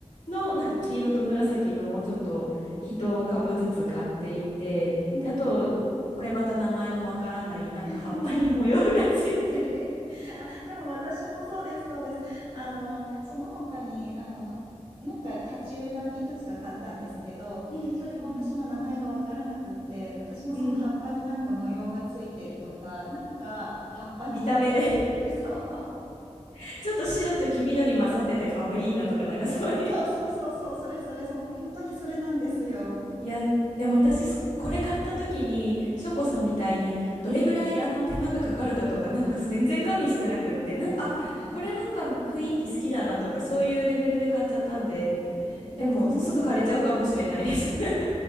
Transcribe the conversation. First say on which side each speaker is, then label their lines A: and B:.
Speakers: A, on the left; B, on the right.
A: の、なんか黄色と紫のをちょっと一株ずつ買っていて、
B: うんうんうん。
A: で、あと、これまた名前のわからない、なんか葉っぱに模様がついてる。
B: <laughs> 覚えてるあ、でも私もそうですそうです。あの、その他に、あの、はなんか鉢植えなんいくつか買ったんですけど、
A: うんうん
B: それも私も名前がわからなくって、私もその葉っぱになんか模様がついてるとか、
A: うん。うん。
B: なんか葉っぱに色がついてる、
A: 見た目で
B: そう。<laughs>
A: <laughs> ちょっと白と黄緑混ざってて可愛いなとか、なんかそういう
B: そうそうそうそう、それそれ、そん本当にそれなんですよ。
A: いや、でも私、これ買った時に、翔子さんみたいに、どれぐらいあの手間がかかるかとか、なんか全然加味してなくって、なんか、あ、
B: はいはい。
A: これなんか雰囲気好きだなとか、そういうレベルで買っちゃったんで、
B: え、でもその方が
A: でも、すぐ枯れちゃうかもしれないです。<laughs>